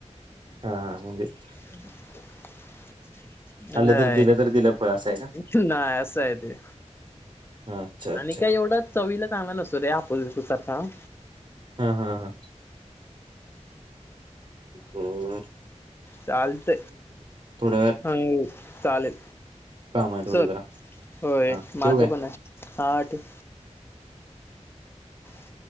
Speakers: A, on the right (about 45°); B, on the left (about 20°).
A: हा हा म्हणजेच.
B: ह <inaudible> हाय
A: खाल्लं तर दिलं तर दिलं फळ असं आहे का
B: नाही असं य ते.
A: हा, अच्छा अच्छा
B: आणि काय एवढा चवीला चांग नसो रे हापूस, गिपुस सारखा आब
A: ह, हा, हा. ह...
B: चालताय
A: वेळात
B: हा चालेल.
A: काम आहे थोडं
B: चल
A: जरा
B: होय
A: हा
B: माझं
A: ठेवू काय
B: पण आहे हा ठिक <inaudible>